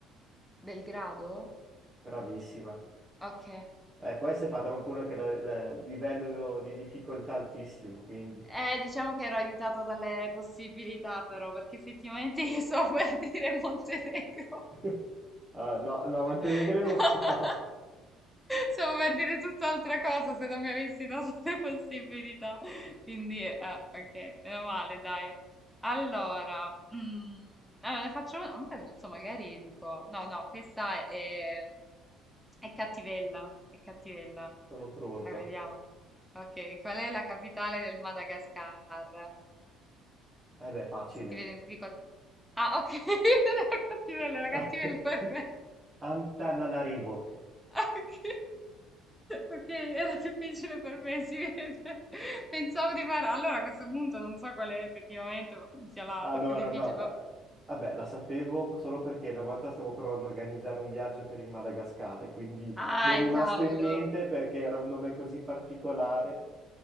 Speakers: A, in the centre; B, on the right.
A: Belgrado?
B: Bravissima.
A: Ok.
B: Eh, questa è fatta proprio una che ha il livello di difficoltà altissimo, quindi...
A: Eh, diciamo che ero aiutata dalle possibilità però, perché effettivamente <laughs> io so per dire Montenegro.
B: <laughs> Ah, no, no,
A: <laughs>
B: Montenegro,
A: No.
B: <laughs> no.
A: Stavo per dire tutt'altra cosa se non mi avessi dato <laughs> le possibilità. Quindi, eh, ok, meno male, dai. Allora, mm, allora ne faccio una, magari- non so, magari dico, no, no, questa è, è cattivella, è cattivella.
B: Sono pronto.
A: La vediamo. Ok, qual è la capitale del Madagascar?
B: Eh beh, facile.
A: Se ti vedi in difficoltà... Ah, ok, <laughs> era cattivella, era
B: <laughs>
A: cattivella <laughs> per me.
B: Antananarivo.
A: <laughs> Ah, ok. Ok, era difficile per me, si vede. Pensavo di fare... Allora a questo punto non so quale effettivamente sia la,
B: Allora,
A: la più difficile,
B: no, la-
A: vabbè.
B: vabbè, la sapevo solo perché una volta stavo provando a organizzare un viaggio per il Madagascar, e quindi
A: Ah,
B: mi è rimasto
A: cavolo.
B: in mente perché era un nome così particolare.